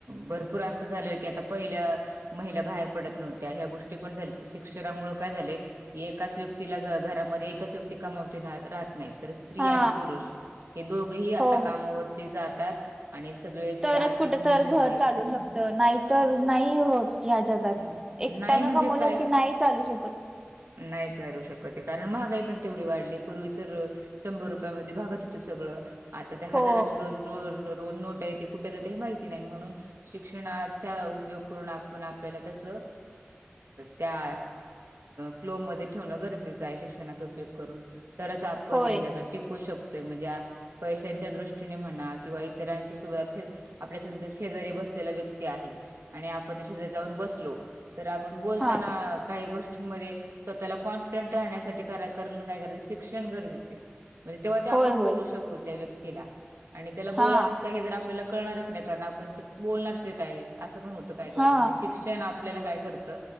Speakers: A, on the right; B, on the right.
A: भरपूर अस झाल की आता पहिल्या महिला बाहेर पडत नव्हत्या ह्या गोष्टी पण झाल्या की शिक्षणामुळे काय झाले की एकाच व्यक्तीला घ घरामध्ये एकाच व्यक्ती कमावते राहत नाही तर स्त्री
B: हा
A: आणि पुरुष हे दोघही आता
B: हो हो
A: कामावरती जातात. आणि सगळे जे
B: तरच
A: आर्थिक
B: कुठ
A: नियोजन
B: तर घर
A: आहेत
B: चालू
A: हम्म
B: शकत नाही तर
A: हो
B: नाही होत. ह्या जगात
A: नाही
B: एकट्यान
A: म्हणजे
B: कामवल
A: काय
B: की नाही चालू शकत.
A: नाही चालू शकतये कारण महागाई पण तेवढी वाढली पूर्वी तर शंभर रुपयामध्ये भागत होत सगळ आता ते
B: हो
A: हजाराचे रोज दोन नोटा आहे कुठे जाते माहिती नाही म्हणून शिक्षणाचा उपयोग करून आपण आपल्याला तस अ त्या फ्लो मध्ये ठेवणं गरजेचं आहे शिक्षणाचा उपयोग करून. तरच आपण
B: होय
A: या जगात टिकू शकतोय म्हणजे पैशांच्या दृष्टीने म्हणा किंवा इतरांच्या सोबत आपल्या स शेजारी बसलेल्या व्यक्ती आहे आपण त्याच्या जाऊन बसलो तर आपण बोलताना,
B: हा
A: काही गोष्टींमध्ये स्वतःला कॉन्फिडंट राहण्या साठी करण काय गरजचं शिक्षण गरजेचे. म्हणजे तेव्हा त्या आपण
B: होय होय
A: बोलू शकू त्या व्यक्तीला आणि त्याला बोलायचं
B: हा
A: आपल्याला कळणारच नाही कारण आपण बोलणार तरी काय असं पण होत काय काय
B: हा
A: वेळी शिक्ष- क्षण आपल्याला काय करत